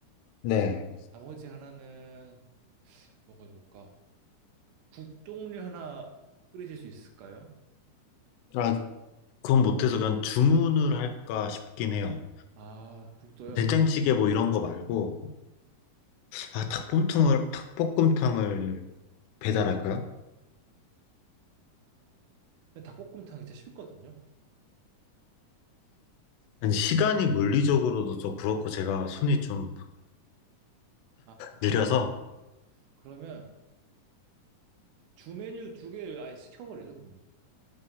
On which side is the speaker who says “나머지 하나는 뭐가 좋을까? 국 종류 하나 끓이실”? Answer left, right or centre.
Right